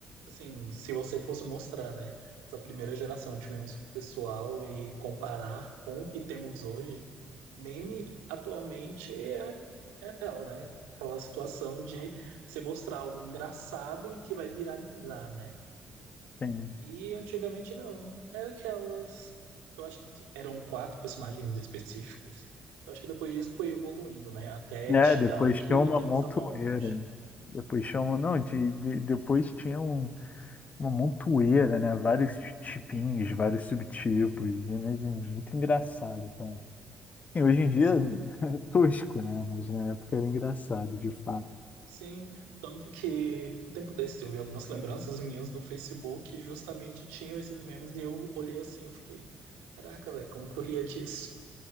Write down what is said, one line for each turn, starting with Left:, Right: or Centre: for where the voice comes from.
Right: assim, se você fosse mostrar, né, essa primeira geração de memes pro pessoal e comparar com o que temos hoje, meme atualmente é, é aquela, né, aquela situação de você mostrar algo engraçado e que vai viralizar, né?
Left: Sim.
Right: E antigamente não, era aquelas, eu acho que eram quatro personagens específicos. Eu acho que depois disso foi evoluindo, né, até
Left: É,
Right: chegar
Left: depois
Right: ao que
Left: tinha uma
Right: temos
Left: montoeira.
Right: atualmente.
Left: Depois chama, não, de, de- depois tinha um- uma montoeira, né? Vários tipinhos, vários subtipos, né? mas é muito engraçado, cara.
Right: Sim,
Left: Sim, hoje em dia
Right: sim.
Left: <laughs> é tosco, né? Mas na época era engraçado, de fato.
Right: Sim, tanto que um tempo desses eu vi algumas lembranças minhas do Facebook que justamente tinham esses memes e eu olhei assim, eu fiquei, caraca, velho, como que eu ria disso?